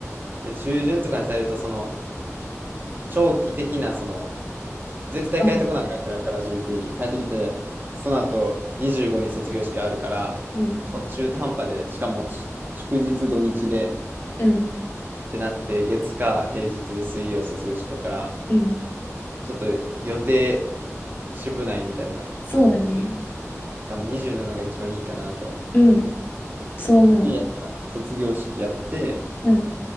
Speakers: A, on the right; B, on the left.
A: で、中旬とかにされると、その、長期的な、その、絶対帰ってこなあかんくから、
B: そう。
A: 19に。帰ってきて、その後、25に卒業式あるから、
B: うん。
A: その中途半端で、しかも、し祝日土日で、
B: うん。
A: ってなって、月火平日で水曜卒業式やから、
B: うん。
A: ちょっと予定、渋ないみたいな思ってて、
B: そうだね。
A: しかも27が一番いいかなと思ってんだけど。
B: うん。そう思
A: そっちやったら、卒業式やって、
B: う。うん。